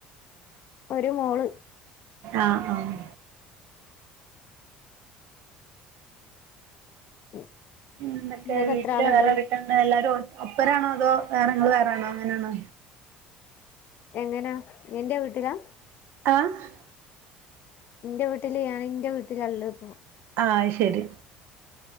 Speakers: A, on the left; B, on the right.
A: ഒരു മോള്
B: ആഹ് ആഹ്
A: <inaudible>
B: എന്തൊക്കെ
A: ഇങ്ങക്ക്
B: വീട്ടില്
A: എത്ര ആള്ണ്ട്
B: വേറെ ആരെക്കണ്ട്, എല്ലാരും ഒ ഒപ്പരാണോ അതോ വേറെ, ഇങ്ങള് വേറാണോ എങ്ങനാണ്?
A: എങ്ങനാ എന്റെ വീട്ടിലാ?
B: ആഹ്
A: ന്റെ വീട്ടില് ഞാന്‌ ന്റെ വീട്ടില ഇള്ളത്പ്പോ
B: ആഹ് അത് ശരി